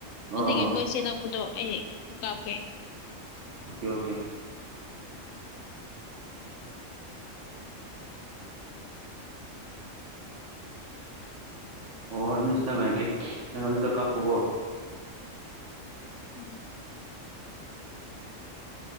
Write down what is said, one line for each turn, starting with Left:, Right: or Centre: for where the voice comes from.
Left: ꯑꯗꯨꯒꯤ
Right: ꯑꯥ
Left: ꯃꯣꯏꯁꯦ ꯅꯛꯄꯗꯣ ꯑꯩ ꯀꯥꯞꯀꯦ
Right: ꯑꯣꯀꯦ ꯑꯣꯀꯦ ꯑꯣ ꯏꯁ ꯇꯪꯥꯏꯦ ꯅ ꯑꯗꯨꯗ ꯀꯄꯕꯣ
Left: ꯎꯝ